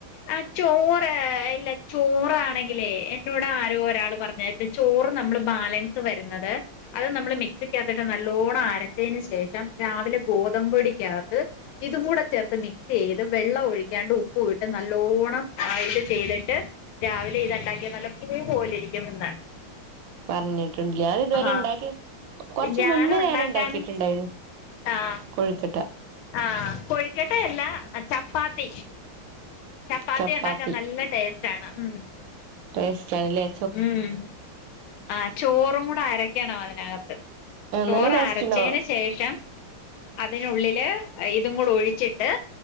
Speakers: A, on the left; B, on the right.
A: ആഹ് ചോറ് എല്ല ചോറാണെങ്കിലേ എന്നോട് ആരോ ഒരാൾ പറഞ്ഞായിരുന്നു ചോറ് നമ്മള് ബാലൻസ് വരുന്നത്. അത് നമ്മള് മിക്സിക്കകത്തിട്ട് നല്ലോണം അരച്ചതിന് ശേഷം രാവിലെ ഗോതമ്പൊടിക്കകത്ത്. ഇതും കൂടെ ചേർത്ത് മിക്സ് ചെയ്ത് വെള്ളം ഒഴിക്കാണ്ട്. പൂവിട്ട് നല്ലോണം ആഹ് ഇത് ചെയ്തിട്ട് രാവിലെ ഇത്ണ്ടാക്ക്യ നല്ല പൂ പോലെയിരിക്കുമെന്ന്
B: പർഞ്ഞിട്ട്ണ്ട്ലേ ഞാൻ ഇത് വെരെ
A: ആഹ്
B: ഇണ്ടാക്ക്യോ കൊർച്ച്
A: ഞാനും
B: മുന്നെ
A: ഉണ്ടാക്കാന്
B: ഞാന് ഇണ്ടാക്കീട്ട്ണ്ടായ്നി
A: ആഹ്
B: കൊഴ്ക്കട്ടാ
A: ആഹ് കൊഴ്ക്കെട്ടയല്ലാ ചപ്പാത്തി ചപ്പാത്തിയ്ണ്ടാക്കാൻ
B: ചപ്പാത്തി
A: നല്ല ടേസ്റ്റാണ് ഊം
B: ടേസ്റ്റാണ് ലെ
A: ഉം ആഹ് ചോറും കൂടെ അരയ്ക്കണം അതിനകത്ത് ചോറ
B: നല്ല ടേസ്റ്റ്
A: അരച്ചേ‌ന്
B: ഉണ്ടാവും
A: ശേഷം അതിനുള്ളില് ഇതും കൂടെ ഒഴിച്ചിട്ട്